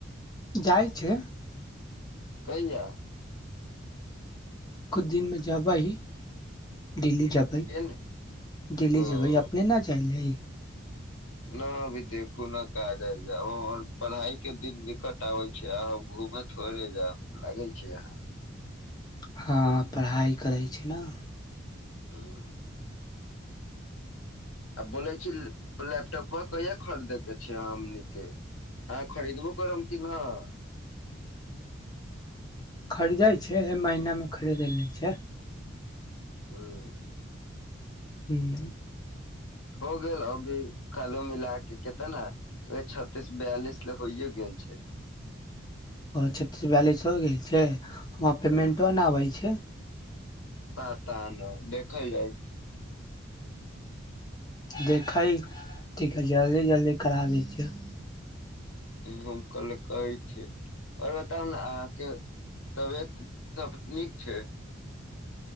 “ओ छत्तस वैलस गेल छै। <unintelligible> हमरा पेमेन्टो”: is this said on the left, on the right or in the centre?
Left